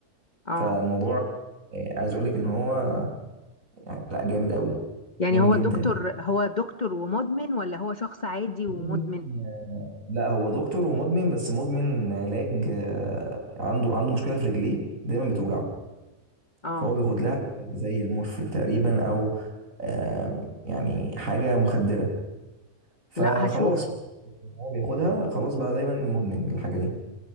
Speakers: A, on the left; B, on the right.
A: اه
B: فالموضوع آه، عايز اقول لك ان هو يعني لا جامد قوي
A: يعني
B: جامد
A: هو
B: جدا
A: دكتور هو دكتور ومدمن ولا هو شخص عادي ومدمن
B: مدمن لا هو دكتور ومدمن بس مدمن علاج آه، عنده عنده مشكله في رجليه دايما بتوجعه
A: اه
B: فهو بياخد لها علاج زي المورفين تقريبا او آه، يعني حاجه مخدره فخلاص
A: لا هشوف
B: يعني هو بياخدها خلاص بقى دايما مدمن الحاجه دي